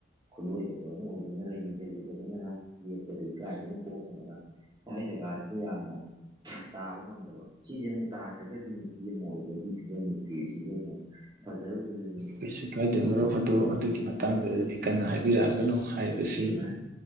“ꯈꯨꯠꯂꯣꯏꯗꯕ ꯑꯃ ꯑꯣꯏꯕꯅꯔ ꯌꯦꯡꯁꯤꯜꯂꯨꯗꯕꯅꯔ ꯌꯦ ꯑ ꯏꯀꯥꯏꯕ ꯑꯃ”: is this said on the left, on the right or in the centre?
Right